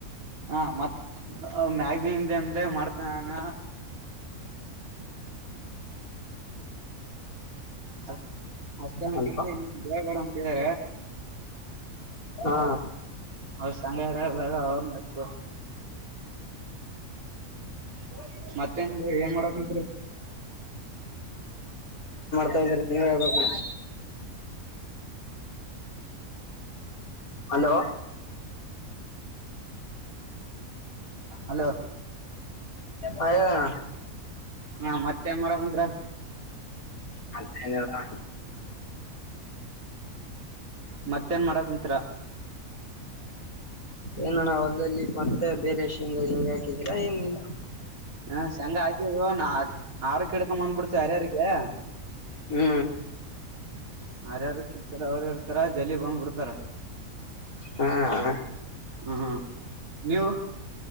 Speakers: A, on the right; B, on the left.
A: ಹಾ ಮತ್ ಮ್ಯಾಗ್ಮೀನ್ದೆ ಅಂದ್ರೆ ಮಾಡ್ತನ <inaudible> ಅಷ್ಟೇ ಅಂತಂದ್ರೆ
B: ಹಲೋ
A: ಇನ್ ದೇಗಡನ ತೇ
B: ಹಾ
A: ಅವ್ರ್ ಸಂಘ ಅವ್ರ ಎ <inaudible> ಮತ್ತೆ ಏನ್ ಮಾಡಕುಂತಿರಿ
B: <unintelligible> ನೀವೆ ಹೇಳ್ಬೇಕು
A: <inaudible> <inaudible> <inaudible>
B: ಹಲೋ
A: ಹಲೋ
B: ಹ ಹೇಳಣ
A: ಹಾ ಮತ್ತೆನ್ ಮಾಡರಕಂತ್ರ
B: ಅ ಹಲೋ ಅ
A: ಮತ್ತೇನ್ ಮಾಡ ಕುಂತೀರ
B: ಏನಣ್ಣ ಹೊಲ್ದಲ್ಲಿ ಮತ್ತೆ ಬೇರೆ ಶೇಂಗಾ ಗಿಂಗಾ ಹಾಕಿದೀರಾ ಏನ್ ಇಲ್ಲ
A: ಹ ಶಂಗ ಹಾಕವ್ ನಾ ಆರುಕ್ಕೆ ಕಿಡ್ಕೊ ಬಂದ್ ಬಿಡ್ತ ಅರ್ಯಿಗೆ
B: ಹ್ಮ
A: ಯರ್ಯಾರ ಕಿತಾರ ಅವರುರ್ತಾರ ಜಲಿ ಬಂದ್ಬಿಡ್ತಾರ
B: ಹಾ
A: ಹ್ಮ ನೀವು